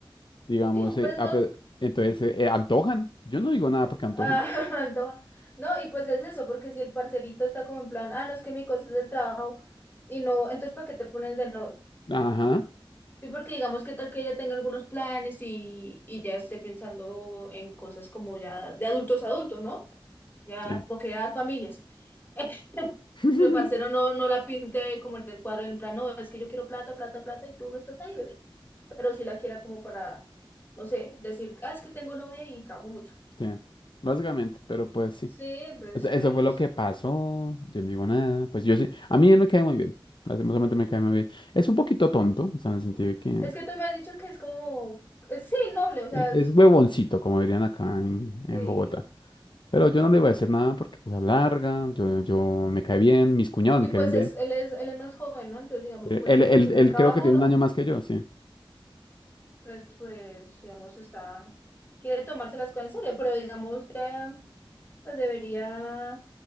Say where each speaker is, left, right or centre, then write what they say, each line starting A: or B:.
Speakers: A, on the left; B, on the left.
A: digamos,
B: Sí, pero
A: eh,
B: no,
A: ah, pues, entonces, eh, eh, antojan, yo no digo nada porque antojan.
B: ah, <laughs> antoja. no, y pues es eso, porque si el parcerito está como en plan, ah, no, es que mi cosa es del trabajo. Y no, entonces, ¿para qué te pones de novio?
A: Ajá,
B: Sí, porque digamos que tal que ella tenga algunos planes y, y ya esté pensando en cosas como ya de adultos a adultos, ¿no? Ya
A: sí,
B: procrear familias. <laughs>
A: <laughs>
B: Y el parcero no, no la pinte como en el cuadro, en plan, no, es que yo quiero plata, plata, plata y tú no estás ahí, bebé. Pero sí la quiera como para, no sé, decir, ah, es que tengo novia y trabajo mucho.
A: sí, básicamente, pero pues sí,
B: Sí, entonces,
A: Es- eso
B: pues,
A: fue lo que pasó, yo no digo nada, pues yo sí, a mí él me cae muy bien, lastimosamente me cae muy bien. Es un poquito tonto, o sea, en el sentido de que
B: es que tú me has dicho que es como, es- sí, noble, o sea,
A: es es
B: es-
A: huevoncito, como dirían acá en, en
B: sí.
A: Bogotá. Pero yo no le voy a decir nada porque pues es larga, yo, yo me cae bien, mis cuñados
B: Y
A: me caen
B: pues
A: bien.
B: es, él es, él es más joven, ¿no? Entonces, digamos,
A: Eh,
B: puede
A: Él,
B: ser
A: él,
B: su primer
A: él
B: trabajo,
A: creo que tiene
B: ¿no?
A: un año más que yo, sí.
B: pues, pues, digamos, está, quiere tomarse las cosas en serio, pero digamos que, pues, debería